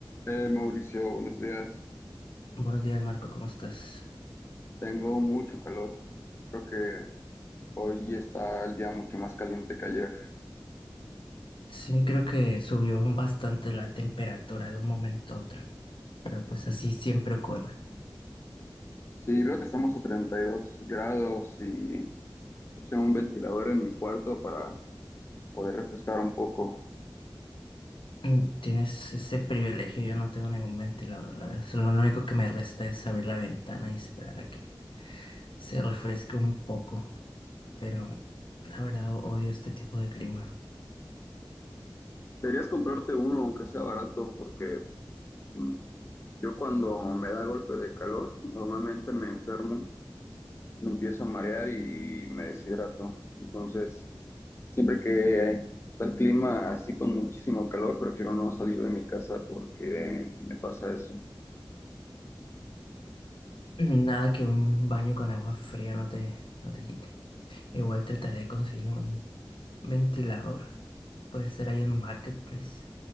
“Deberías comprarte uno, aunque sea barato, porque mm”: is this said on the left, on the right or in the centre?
Left